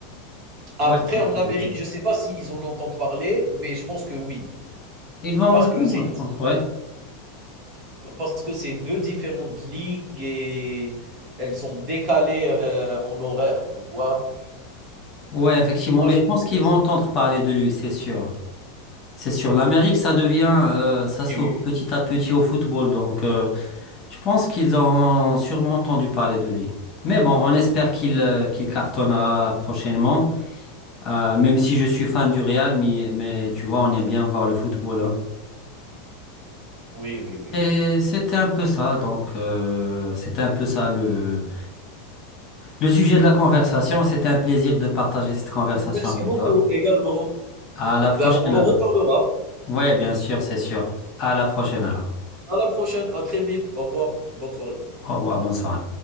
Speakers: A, on the right (about 35°); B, on the left (about 30°).
A: Après,
B: Ouais, effectivement.
A: en Amérique, je ne sais pas s'ils en entendent parler, mais je pense que oui.
B: Ils vont.
A: Parce
B: Non,
A: que c'est
B: non, je pense, ouais.
A: parce que c'est deux différentes ligues et elles sont décalées euh, en horaire, tu vois.
B: Ouais, effectivement.
A: Moi,
B: Mais
A: je
B: je
A: m'intéresse-
B: pense qu'ils vont entendre parler de lui, c'est sûr. C'est sûr. L'Amérique, ça devient, euh, ça s'ouvre
A: Oui, oui,
B: petit à petit au football. Donc, euh, je pense qu'ils ont sûrement entendu parler de lui. Mais bon, on espère qu'il euh, qu'il cartonnera prochainement. Euh, même si je suis fan du Real, mais, mais tu vois, on aime bien voir le football, hein.
A: oui, oui, oui,
B: Et
A: oui.
B: c'était un peu ça, donc euh, c'était un peu ça le, le sujet de la conversation. C'était un plaisir de partager cette conversation
A: Donc, Merci
B: avec
A: beaucoup
B: toi.
A: également.
B: À la prochaine
A: Ben, on en
B: alors.
A: reparlera.
B: Ouais, bien sûr, c'est sûr. À la prochaine alors.
A: À la prochaine, à très vite. Au revoir. Bonne soirée.
B: Au revoir, bonne soirée.